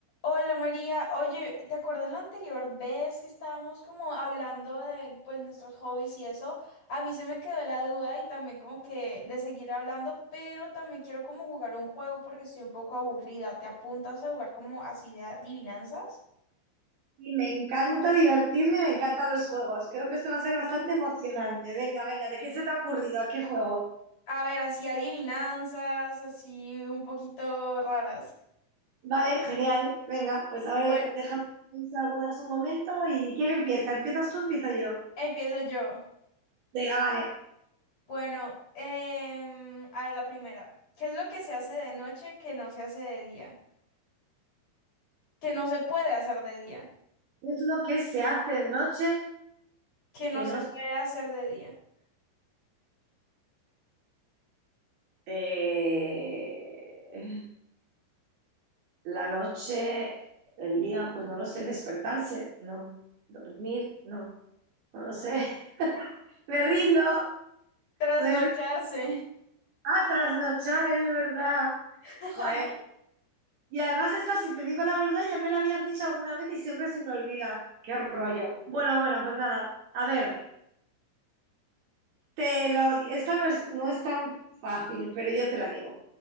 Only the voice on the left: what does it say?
Hola María, oye, ¿te acuerdas la anterior vez que estábamos como hablando de pues nuestros hobbies y eso? A mí se me quedó la duda y también como que de seguir hablando, pero también quiero como jugar un juego porque estoy un poco aburrida. ¿Te apuntas a jugar como así de adivinanzas?
A ver, así adivinanzas, así un poquito raras.
Bueno,
empiezo yo.
Bueno, em, a ver, la primera. ¿Qué es lo que se hace de noche que no se hace de día? Que no se puede hacer de día.
que no
se
puede hacer de día.
Trasnocharse.
<laughs>